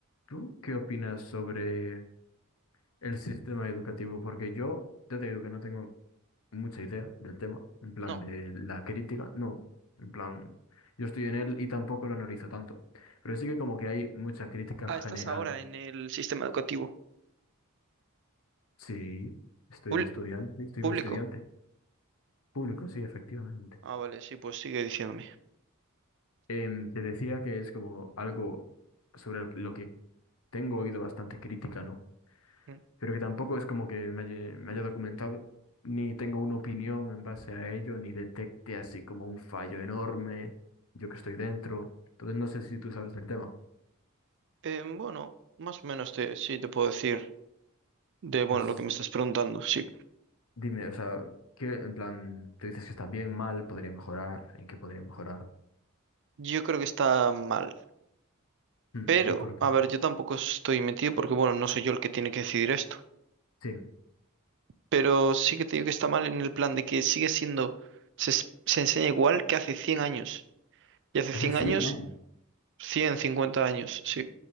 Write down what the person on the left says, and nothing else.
¿Tú qué opinas sobre el sistema educativo? Porque yo ya te digo que no tengo mucha idea del tema, en plan
de la crítica, no, en plan, yo estoy en él y tampoco lo analizo tanto, pero sí que como que hay mucha crítica
general.
Sí, estoy
estudiante, estoy
un estudiante público, sí, efectivamente.
Em, te decía que es como algo sobre lo que tengo oído bastante crítica, ¿no?
pero que tampoco es como que me haya, me haya documentado, ni tengo una opinión en base a ello, ni detecte así como un fallo enorme, yo que estoy dentro. Entonces no sé si tú sabes del tema.
Pues
dime, o sea, ¿qué en plan, tú dices que está bien, mal, podría mejorar, en qué podría mejorar?
Mm,
¿Y por qué?
Sí,
hace
100
años.